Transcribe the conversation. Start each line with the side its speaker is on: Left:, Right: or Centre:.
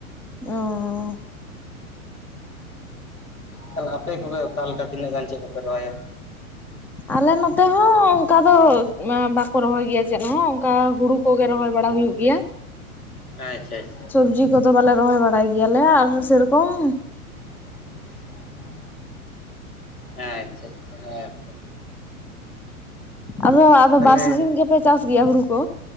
Centre: ᱚ
Left: ᱛᱟᱞᱮ ᱟᱯᱮ ᱠᱚᱜᱮ ᱚᱠᱟᱮ ᱞᱮᱠᱟ ᱛᱤᱱᱟᱹᱜ ᱜᱟᱱ ᱪᱮᱫ ᱠᱚᱯᱮ ᱨᱚᱦᱚᱭᱟ?
Centre: ᱟᱞᱮ ᱱᱚᱛᱮ ᱦᱚᱸ ᱚᱝᱠᱟ ᱫᱚ ᱵᱟᱠᱚ ᱨᱚᱦᱚᱭ ᱜᱮᱭᱟ ᱪᱮᱫ ᱦᱚ ᱚᱝᱠᱟ ᱦᱩᱲᱩ ᱠᱚᱜᱮ ᱨᱚᱦᱚᱭ ᱵᱟᱲᱟ ᱦᱩᱭᱩᱜ ᱜᱮᱭᱟ
Left: ᱟᱪᱪᱷᱟ ᱟᱪᱪᱷᱟ
Centre: ᱥᱚᱵᱽᱡᱤ ᱠᱚᱫᱚ ᱵᱟᱞᱮ ᱨᱚᱦᱚᱭ ᱵᱟᱲᱟᱭ ᱜᱮᱭᱟᱞᱮ ᱟᱨ ᱥᱮ ᱨᱚᱠᱚᱢ,
Left: <inaudible> ᱟᱪᱪᱷᱟ ᱟᱪᱪᱷᱟ ᱦᱮᱸ ᱛᱚ
Centre: ᱟᱫᱚ ᱟᱫᱚ
Left: ᱛᱟᱦᱚᱞᱮ
Centre: ᱵᱟᱨ ᱥᱤᱡᱤᱱ ᱜᱮᱯᱮ ᱪᱟᱥ ᱜᱮᱭᱟ ᱦᱩᱲᱩ ᱠᱚ?